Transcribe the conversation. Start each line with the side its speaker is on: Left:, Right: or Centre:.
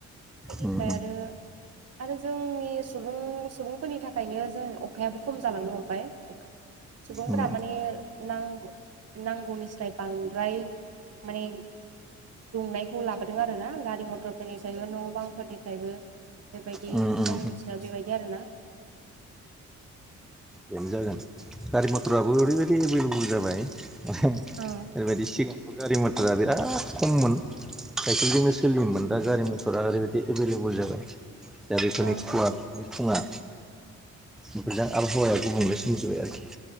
Right: बेनिफ्राय
Centre: उम
Right: आरो आरो जोंनि सुबुं सुबुंफोरनि थाखायनो जों अखायाबो खम जालांनो हमबाय सुबुंफोरा
Centre: उम
Right: माने नांगौ नांगौनिसराय बां राइ माने दुंनायखौ लाबोदों आरो ना गारि मथरफोरनिफ्रायबो न' बांफोरनिफ्रायबो बेबायदि
Centre: उम
Right: आंनि
Centre: उम उम
Right: मिथिनायाव बेबायदि आरोना
Centre: बेनो जागोन गारि मथराबो ओरैबायदि एभेलेबेल जाबाय ओरैबायदि
Right: औ
Centre: सिगांथ गारि मथरा बिराद खममोन साइकेलजोंनो सोलियोमोन दा गारि मथरा ओरैबायदि एभेलेबोल जाबाय दा बेफोरनि
Right: औ
Centre: खुवा खुङा बेफोरजों आबहावाया गुबुंले सोमजिबाय आरोखि